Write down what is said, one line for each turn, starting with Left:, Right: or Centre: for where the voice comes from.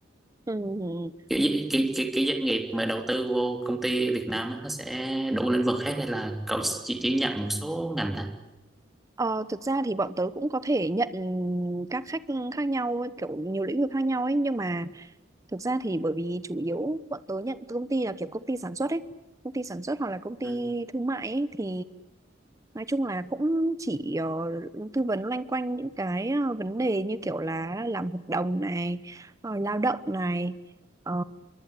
Right: Ừm,
Centre: kiểu, gi- cái kiểu, kiểu doanh nghiệp mà đầu tư vô công ty Việt Nam á, nó sẽ đủ lĩnh vực hết hay là cậu chỉ, chỉ nhận một số ngành thôi
Right: ờ, thực ra thì bọn tớ cũng có thể nhận các khách khác nhau ấy, kiểu nhiều lĩnh vực khác nhau ấy nhưng mà thực ra thì bởi vì chủ yếu bọn tớ nhận từ công ty là kiểu công ty sản xuất ấy công ty sản xuất hoặc là công ty
Centre: Ừ.
Right: thương mại ấy thì Nói chung là cũng chỉ ờ, tư vấn loanh quanh những cái ờ, vấn đề như kiểu là làm hợp đồng này, rồi lao động này, ờ,